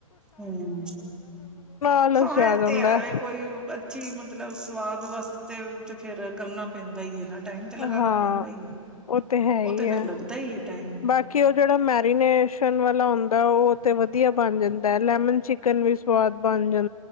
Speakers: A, in the centre; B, on the left (about 85°).
A: ਹਮ
B: ਆਲਸ
A: ਹਾਂ
B: ਜਿਹਾ
A: ਐ
B: ਆ ਜਾਂਦਾ
A: ਤੇ ਹੈ ਵੇ ਕੋਈ ਅੱਛੀ ਮਤਲਬ ਸਵਾਦ ਬੱਸ ਤੇ ੳਚ ਫੇਰ ਕਰਨਾ ਪੈਂਦਾ ਹੀ ਹੈ ਨਾ ਟਾਈਮ ਤੇ ਲਗਾਣਾ
B: ਹਾਂ
A: ਪੈਂਦਾ ਹੀ ਹੈ।
B: ਉਹ ਤੇ ਹੈ ਹੀ
A: ਫੇਰ
B: ਆ
A: ਲੱਗਦਾ ਹੀ ਹੈ ਟਾਈਮ
B: ਬਾਕੀ ਉਹ ਜਿਹੜਾ ਮੈਰੀਨੇਸ਼ਨ ਵਾਲਾ ਹੁੰਦਾ ਉਹ ਤੇ ਵਧੀਆ ਬਣ ਜਾਂਦਾ ਹੈ, ਲੈਮਨ ਚਿਕਨ ਵੀ ਸਵਾਦ ਬਣ ਜਾਂ